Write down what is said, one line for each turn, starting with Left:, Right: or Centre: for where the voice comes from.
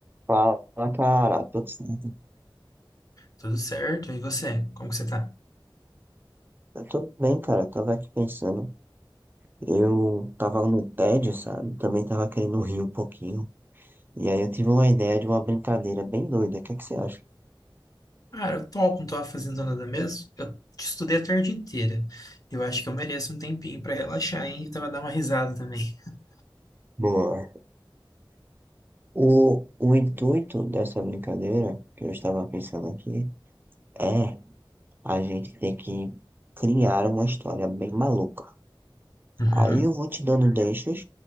Right: Fala, cara, tudo certo?
Left: Tudo certo? E você? Como que você tá?
Right: Eu tô bem, cara. Eu tava aqui pensando. Eu tava no tédio, sabe? Também tava querendo rir um pouquinho. E aí eu tive uma ideia de uma brincadeira bem doida. O que é que você acha?
Left: Cara, eu topo, não tava fazendo nada mesmo. Eu estudei a tarde inteira. Eu acho que eu mereço um tempinho pra relaxar, hein? E tava dar uma risada também. <laughs>
Right: Boa. O, o intuito dessa brincadeira, que eu estava pensando aqui, é a gente ter que criar uma história bem maluca.
Left: Uhum,
Right: Aí eu vou te dando deixas,